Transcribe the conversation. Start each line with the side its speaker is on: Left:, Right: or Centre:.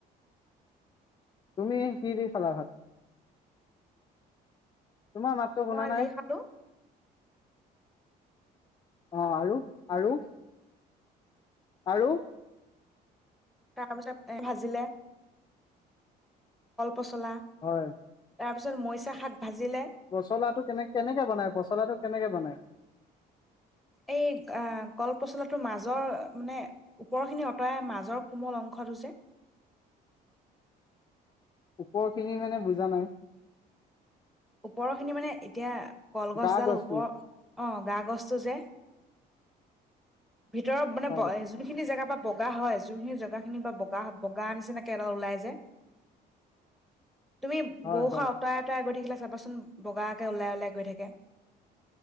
Left: তুমি কি দি খালাভাত। তোমাৰ মাতটো শুনা
Centre: মই আজি
Left: নাই
Centre: খালো
Left: অহ, আৰু আৰু, আৰু
Centre: তাৰ পিছত ভাজিলে পচলা,
Left: হয়
Centre: তাৰ পি মৰিচা শাক ভাজিলে
Left: পচলাটো কেনে-কেনেকে বনায় পচলাটো? কেনেকে বনায়?
Centre: এই অহ কলপচলাটোৰ মাজৰ মানে ওপৰৰ খিনি অঁতৰাই মাজৰ কোমল অংশটো যে
Left: ওপৰখিনি মানে বুজা নাই।
Centre: ওপৰৰখিনি মানে এতিয়া কলগছডাল
Left: গা গছটো
Centre: ওপৰৰ অ, গা গছটো যে। ভিতৰত মানে
Left: হয়
Centre: যোনখিনি জেগাৰ পা বগা হয়, যোনখিনি জগা খিনি বা বগা বগা নিচিনাকে এডাল ওলাই যে। তুমি
Left: হয়
Centre: বৈষা
Left: হয়
Centre: অতৰাই অতৰাই গৈ থাকিলা চাবাচোন বগাকে ওলাই ওলাই গৈ থাকে।